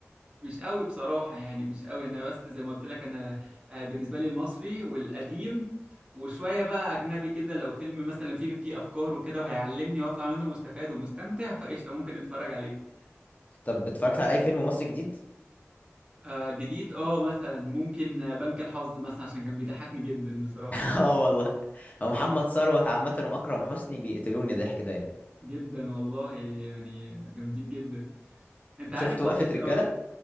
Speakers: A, on the right; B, on the left.
A: مش قوي بصراحة يعني مش قوي انا بس زي ما قلت لك انا آه، بالنسبة لي المصري والقديم وشوية بقى اجنبي كده لو فيلم مثلا فيه فيه افكار وكده وهيعلمني واطلع منه مستفاد ومستمتع فقشطة ممكن اتفرج عليه
B: طب اتفرجت على اي فيلم مصري جديد
A: آه جديد اه مثلا ممكن آه، بنك الحظ مثلا عشان كان بيضحكني جدا بصراحة
B: <laughs> اه والله هو
A: اه
B: محمد ثروت عامه واكرم حسني بيقتلوني ضحك دايما
A: جدا والله يعني جامدين جدا انت عارف
B: شفت وقفة
A: والله
B: رجالة
A: اه